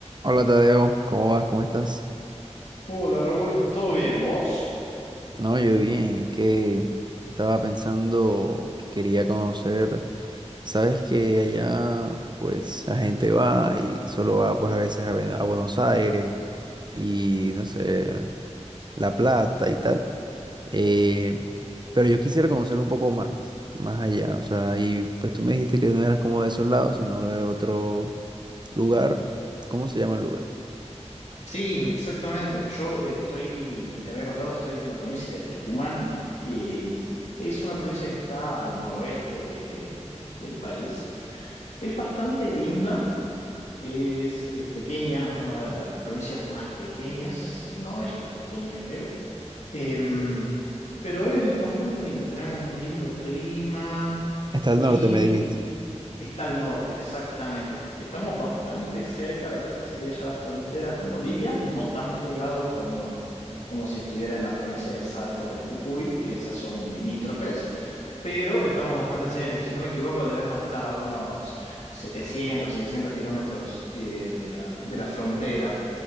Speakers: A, on the right; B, on the left.
A: Hola Tadeo, ¿cómo vas? ¿Cómo estás?
B: Hola Raúl, ¿todo bien? ¿Vos?
A: No, yo bien, es que estaba pensando que quería conocer, sabes que allá pues la gente va y solo va pues a veces a, Be- a Buenos Aires y no sé, La Plata y tal, eh, pero yo quisiera conocer un poco más, más allá, o sea, y pues tú me dijiste que no eras como de esos lados, sino de otro lugar, ¿cómo se llama el lugar?
B: Sí, exactamente. Yo eh, estoy, te había contado, estoy en la provincia de Tucumán, que es una provincia que está al noroeste de- del país. Es bastante linda, es eh, pequeña, es una de las provincias más pequeñas, si no es la pequeña, creo. Em, pero es bastante linda, tenemos un lindo clima.
A: Está
B: Sí,
A: al norte, me dijiste,
B: Está al norte, exactamente. Estamos bastante cerca de lo que sería ya la frontera con Bolivia, no tan pegados como, como si estuviera en la provincia de Salta o de Jujuy, que esas son limítrofes, pero estamos bastante cerca. Si no me equivoco, debemos estar a unos 700, 600 kilómetros eh, de la, de la frontera.